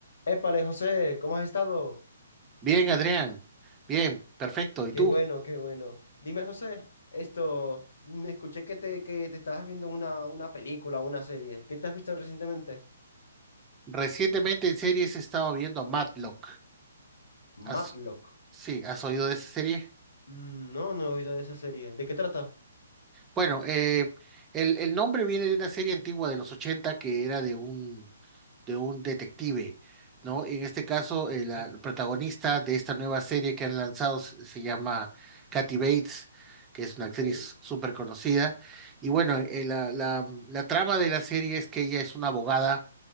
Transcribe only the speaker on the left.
Épale, José, ¿cómo has estado?
Qué
bueno, qué bueno. Dime, José, esto, me escuché que te, que te estabas viendo una, una película, una serie. ¿Qué te has visto recientemente?
Matlock.
Mm, No, no he oído de esa serie. ¿De qué trata?
Ujú,
Ok,